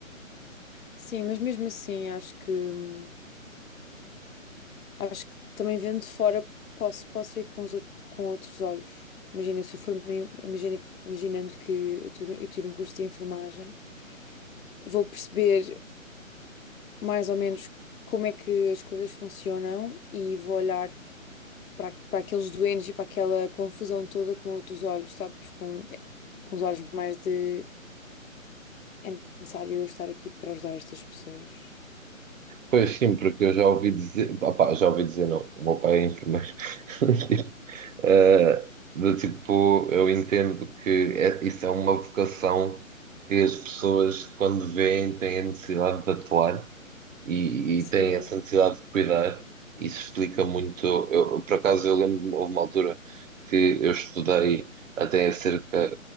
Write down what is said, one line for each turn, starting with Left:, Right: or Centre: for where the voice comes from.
Left: Sim, mas mesmo assim, acho que. hum, Acho que também vendo de fora posso, posso ver com os outro- com outros olhos. Imagina, se eu for uma em- imagina, imaginando que eu tiro, eu tiro um curso de enfermagem, vou perceber mais ou menos como é que as coisas funcionam e vou olhar para, para aqueles doentes e para aquela confusão toda com outros olhos, sabes? Com, com os olhos mais de é necessário eu estar aqui para ajudar estas pessoas.
Right: Pois sim, porque eu já ouvi dizer, opá, já ouvi dizer não, o meu pai é enfermeiro. <laughs> Tipo, eh, do tipo, eu entendo que é- isso é uma vocação que as pessoas, quando veem, têm a necessidade de atuar e,
Left: Sim.
Right: e têm essa necessidade de cuidar. Isso explica muito. Eu, por acaso, eu lembro-me, houve uma altura que eu estudei até acerca,